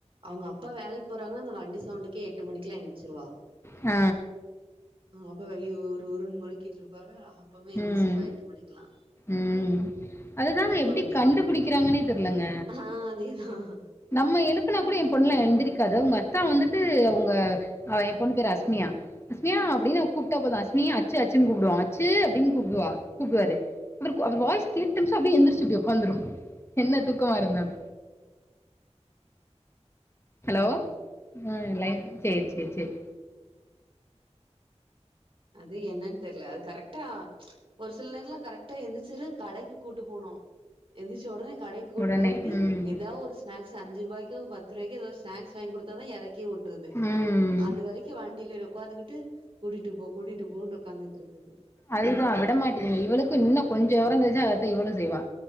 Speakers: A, on the right; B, on the left.
A: அவங்க அப்பா வேலைக்கு போறாங்னா அந்த வண்டி சவ்ண்டுக்கே எட்டு மணிக்குலா எந்திச்சிருவா
B: அ
A: அவ அப்பா வெளிய உர் உருன்னு முறுக்கிட்ருப்பாரு அப்பமே எந்திச்சிருவா
B: ம்
A: எட்டு மணிக்லா
B: ம் அது தாங்க எப்டி
A: மணிக்கு
B: கண்டுபுடிக்கிறாங்ன்னே
A: மேல
B: தெர்லங்க
A: ஆ அதே தா
B: நம்ம எழுப்புனா கூட ஏ பொண்ணுலா எந்திரிக் க்காது உங்க அத்தா வந்துட்டு அவங்க ஏ பொண்ணு பேர் அஸ்மியா அஸ்மியா அப்டின் அவங் கூப்ட்டா போது அஸ்மி அச்சு அச்சுன்னு கூப்டுவா அச்சு அப்டின் கூப்டுவா கூப்டுவாரு அவருக் அவர் வாய்ஸ் கேட்டுச்சா அப்டியே எந்திரிச்சு இப்டி உக்காந்துரு என்ன தூக்கமா இருந்தாலு ஹலோ
A: ம்
B: ஆ லைன் சேர் சேர் சேர்
A: அது என்னன் தெர்ல அது கரெக்ட் டா ஒரு சில நேரலா கரெக்டா எந்திரிச்சுரு கடைக்கு கூட்டு போனு எந்திச்ச ஒடனே கடைக்கு கூட்டு
B: உடனே
A: போயிட்டு
B: ம்
A: ஏதா ஒரு ஸ்நாக்ஸ் அஞ்சு ருவாய்க்கோ பத்து ருவாய்க்கோ எதோ ஸ்நாக்ஸ் வாங்கி குடுத் தாதா எறக்கியே உடறது
B: ம்
A: அது வரைக்கு வண்டியில உக்காந்துகிட்டு கூட்டிட்டு போ கூட்டிட்டு போ னு உக்காந்துட்டு இருக்குது
B: அதேதா விட மாட்டங்குது இவளுக்கு இன்னு கொஞ்ச வெவரந் தெரிஞ்சா அதத்தா இவளு செய்வா